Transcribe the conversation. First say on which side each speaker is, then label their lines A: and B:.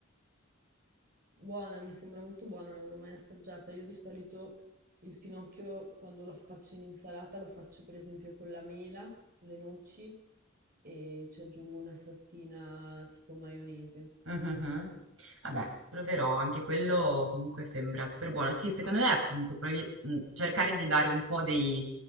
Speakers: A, on the right; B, on the right.
A: Buona, mi sembra molto buona, non l'ho mai assaggiata. Io di solito il finocchio, quando lo faccio in insalata, lo faccio per esempio con la mela, le noci e ci aggiungo una salsina tipo maionese.
B: Mhm. Vabbè, proverò, anche quello comunque sembra super buono. Sì, secondo me appunto provi- mh, cercare di dare un po' dei,